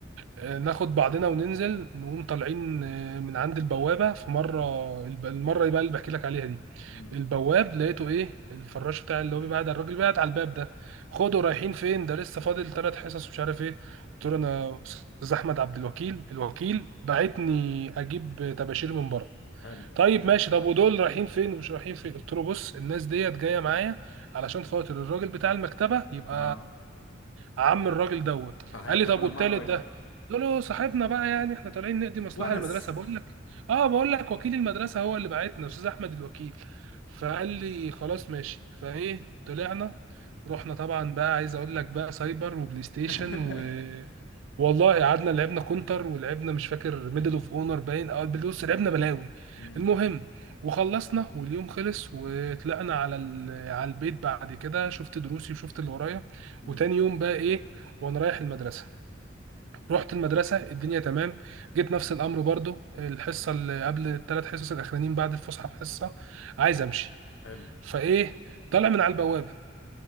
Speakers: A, on the right; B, on the left.
A: آه، ناخد بعضنا وننزل نقوم طالعين آه، من عند البوابة في مرة الب- المرة بقى اللي بحكي لك عليها دي
B: امم
A: البواب لقيته ايه الفراش بتاع اللي هو بيبعد على الراجل بيبعد على الباب ده خدوا رايحين فين ده لسه فاضل ثلاث حصص ومش عارف ايه قلت له انا استاذ احمد عبد الوكيل الوكيل بعتني اجيب طباشير من بره
B: حلو
A: طيب ماشي طب ودول رايحين فين ومش رايحين فين قلت له بص الناس ديت جايه معايا علشان خاطر الراجل بتاع المكتبه يبقى
B: اه
A: عم الراجل دوت
B: فهيعمل
A: قال لي طب
B: لنا
A: والتالت
B: معنا واجب
A: ده قلت له صاحبنا بقى يعني احنا طالعين نقضي مصلحه
B: ونس
A: للمدرسه بقول لك اه بقول لك وكيل المدرسه هو اللي بعتنا استاذ احمد الوكيل فقال لي خلاص ماشي فايه طلعنا رحنا طبعا بقى عايز اقول لك بقى سايبر وبلاي ستيشن
B: <laughs>
A: و والله قعدنا لعبنا كونتر ولعبنا مش فاكر ميدل اوف اونر باين او بص لعبنا بلاوي
B: امم
A: المهم وخلصنا واليوم خلص وطلعنا على ال- على البيت بعد كده شفت دروسي وشفت اللي ورايا
B: امم
A: وتاني يوم بقى ايه وانا رايح المدرسه رحت المدرسه الدنيا تمام جيت نفس الامر برضو الحصه اللي قبل الثلاث حصص الاخرانيين بعد الفسحه حصه عايز امشي
B: حلو
A: فايه طالع من على البوابه